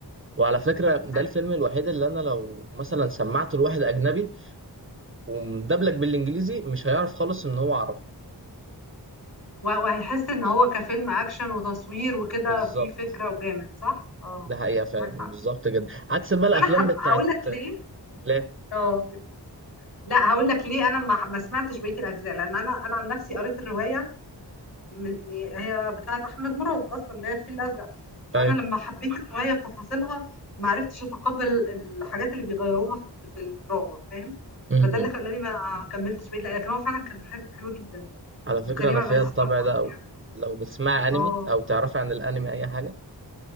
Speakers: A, on the right (about 30°); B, on the left (about 65°).
A: وعلى فكره ده
B: ه
A: الفيلم الوحيد اللي انا لو مثلا سمعته لواحد اجنبي ومدبلج بالانجليزي مش هيعرف خالص ان هو عربي
B: و وهيحس إن هو كفيلم أكشن وتصوير وكده
A: بالظبط
B: فيه فكرة وجامد صح؟ آه،
A: ده حقيقة فعلا
B: معاك
A: بالظبط
B: حق،
A: جدا عكس بقى
B: بس
A: الأفلام
B: أنا ح
A: بتاعت
B: هاقول لك ليه
A: لا
B: آه، قُل. لأ هاقول لك ليه أنا ما ح ما سمعتش بقية الأجزاء، لأن أنا أنا عن نفْسي قريت الرواية من هي بتاعة أحمد مراد أصلًا، اللي هي الفيل الأزرق، فأنا
A: أيوة
B: لمّا حبيت الرواية بتفاصيلها ما عرفتش أتقبّل الحاجات اللي بيغيّروها في الد في الدراما فاهم،
A: م-م.
B: فده اللي خلّاني ما كمّلتش بقية لكن هو فعلًا كان حلو، حلو جدًا،
A: على فكرة
B: وكريم
A: أنا
B: عبد
A: فيها
B: العزيز
A: الطبع
B: كان فظيع،
A: ده أوي لو بتسمعي أنمي
B: آه،
A: أو تعرفي عن الأنمي أي حاجة